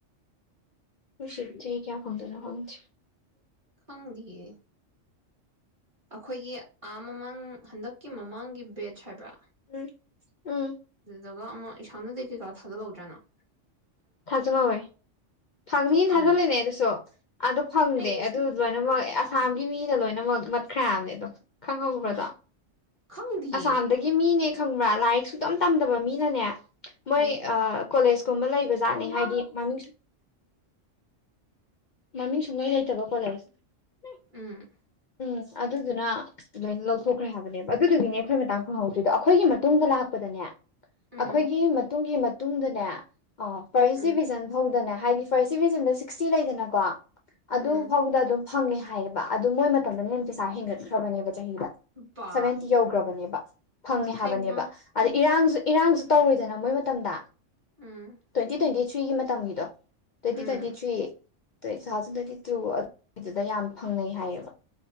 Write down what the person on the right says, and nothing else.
ꯈꯪꯗꯌꯦ ꯑꯩꯈꯣꯏꯒꯤ ꯑꯥ ꯃꯃꯥꯡ ꯍꯟꯗꯛꯀꯤ ꯃꯃꯥꯡꯒꯤ ꯕꯥꯠꯆ ꯍꯥꯏꯕ꯭ꯔꯥ
ꯑꯗꯨꯗꯨꯒ ꯑꯃꯨꯛ ꯎꯁꯟ-ꯎꯗꯥꯏ ꯀꯩꯀꯥ ꯊꯖꯟꯍꯥꯎꯗꯔ ꯅꯪ
ꯐꯪꯕ꯭ꯔꯥ
ꯑꯩꯁꯨꯅꯦ
ꯃꯥ ꯈꯪꯗꯤꯌꯦ
ꯎꯝ
ꯑꯝ
ꯎꯝ
ꯎꯝ
ꯎꯝ
ꯕꯥ
ꯍꯩꯃꯥ
ꯎꯝ
ꯎꯝ